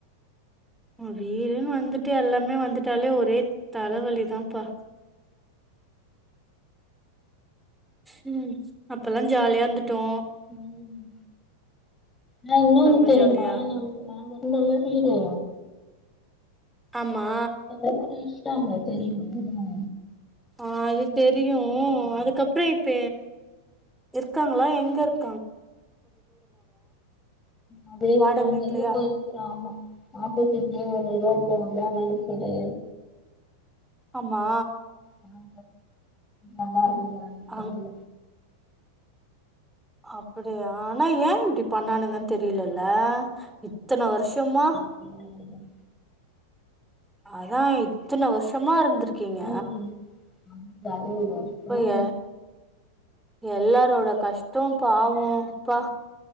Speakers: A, in the centre; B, on the left.
A: வீடுன்னு வந்துட்டு எல்லாமே வந்துட்டாலே ஒரே தலவலி தாப்பா ஹம் அப்பல்லா ஜாலியா இருந்துட்டோ
B: ம் நா இன்னோன்னு
A: செம்ம
B: தெரியுமா
A: ஜாலியா
B: நாங்க இங்கதா வீடு
A: ஆமா
B: அவரு இஷ்டோ இல்ல தெரியுமா
A: ஆ அது தெரியு அதுக்கப்றோ இப்ப இருக்காங்ளா எங்க இருக்
B: அதே
A: வாடக
B: அங்க
A: வீட்லயா
B: இருக்கு கோயில் ஆமா ஆப்போசிட்லியே ஒரு ரோட் போகுல்ல வேளச்சேரி
A: ஆமா
B: ஆனா என்னா பண்ணுவாங்கணு
A: அங்
B: தெரில
A: அப்டியா ஆனா ஏ இப்பிடி பண்ணானுங்கன்னு தெரியலல்ல இத்தன வருஷமா
B: ம்
A: அதா இத்தன வர்ஷமா இருந்ருக் இருக்கீங்க
B: ம் அந்த அறுவது
A: இப்பய
B: வருஷமா
A: எல்லாரோட கஷ்டோ பாவுப்பா